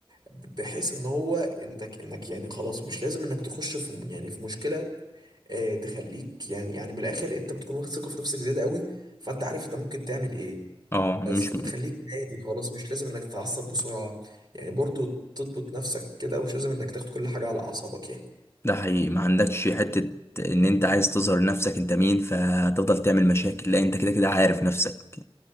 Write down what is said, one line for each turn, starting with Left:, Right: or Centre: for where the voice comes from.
Right: بحيث ان هو انك انك يعني خلاص مش لازم انك تخش في يعني في مشكله آه، تخليك يعني يعني من الاخر انت بتكون واخد ثقه في نفسك زياده قوي فانت عارف انت ممكن تعمل ايه
Left: اه
Right: بس
Left: مش
Right: فبتخليك هادي خالص مش لازم انك تتعصب بسرعه يعني برضو تضبط نفسك كده ومش لازم انك تاخد كل حاجه على اعصابك يعني
Left: ده حقيقي ما عندكش حته ان انت عايز تظهر نفسك انت مين فتفضل تعمل مشاكل لا انت كده كده عارف نفسك